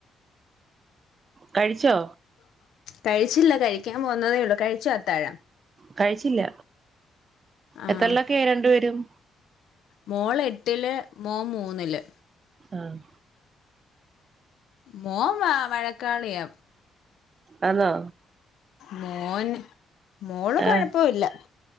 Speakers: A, on the right; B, on the left.
A: കഴിച്ചോ
B: കഴിച്ചില്ല കഴിക്കാൻ പോന്നതേ ഉള്ളൂ കഴിചോ അത്താഴം
A: കഴിച്ചില്ല
B: ആഹ്
A: എത്രല്ലൊക്കെയാ രണ്ടുപേരും
B: മോള് എട്ടില് മോന് മൂന്നില്
A: ആഹ്.
B: മോൻ വഴക്കാളിയാ.
A: ആന്നോ?
B: മോൻ മോള് കൊഴപ്പവുല്ല.
A: ആഹ്